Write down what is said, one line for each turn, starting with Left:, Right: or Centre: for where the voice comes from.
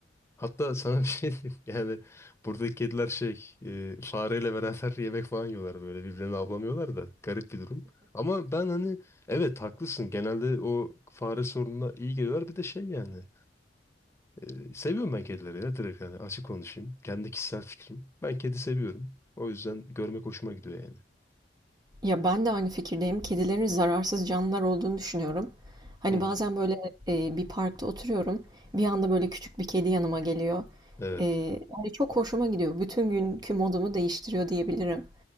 Left: Hatta sana <laughs> bir şey diyeyim <laughs> yani buradaki kediler şey e, fareyle beraber yemek falan yiyorlar böyle birbirlerini avlamıyorlar da garip bir durum. Ama ben hani evet haklısın genelde o fare sorununa iyi geliyorlar bir de şey yani. Ee, seviyorum ben kedileri ya direkt yani açık konuşayım. Kendi kişisel fikrim. Ben kedi seviyorum. O yüzden görmek hoşuma gidiyor yani.
Right: Ya, ben de aynı fikirdeyim. Kedilerin zararsız canlılar olduğunu düşünüyorum. Hani,
Left: Hı hı.
Right: bazen, böyle, eee, bir parkta oturuyorum, bir anda, böyle, küçük bir kedi yanıma geliyor.
Left: Evet.
Right: Eee, yani, çok hoşuma gidiyor. Bütün günkü modumu değiştiriyor diyebilirim.